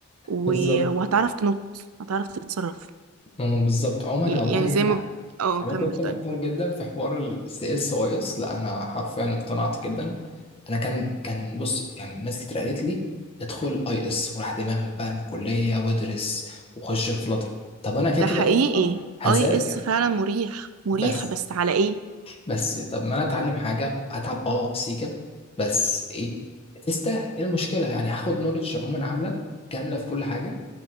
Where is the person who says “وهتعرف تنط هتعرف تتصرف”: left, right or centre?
Right